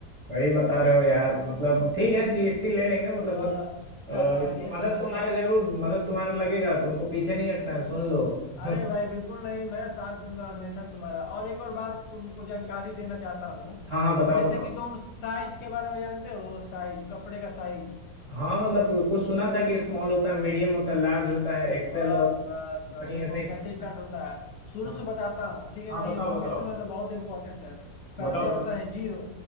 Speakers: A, on the right (about 30°); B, on the left (about 85°).
A: वही बता रहे हो यार मतलब ठीक है
B: <laughs>
A: जीएसटी ले लेंगे मतलब
B: हाँ
A: अ,
B: चलो
A: इसमें
B: ये समझ
A: मदद तुम्हारा
B: गए
A: जरूर मदद तुम्हारा लगेगा तुमको पीछे नहीं हटना है सुन लो
B: अरे
A: <laughs>
B: भाई बिल्कुल नहीं मैं साथ दूंगा हमेशा तुम्हारा और एक और बात तुमको जानकारी देना चाहता हूँ
A: हाँ हाँ बताओ
B: जैसे
A: बताओ
B: कि तुम साइज के बारे में जानते हो साइज कपड़े का साइज
A: हाँ मतलब कुछ सुना था कि स्मॉल होता है मीडियम होता है लार्ज होता है एक्सेल
B: अब बस
A: और
B: बस
A: सही
B: बस देखो
A: ऐसे ही कुछ
B: कैसे
A: सुना-
B: स्टार्ट होता है शुरू
A: हाँ
B: से बताता हूँ ठीक है
A: हाँ
B: ना
A: बताओ
B: ये इन्फॉर्मेशन
A: बताओ
B: वाला बहुत इंपॉर्टेंट है पहले
A: बताओ
B: आता
A: बताओ
B: है जीरो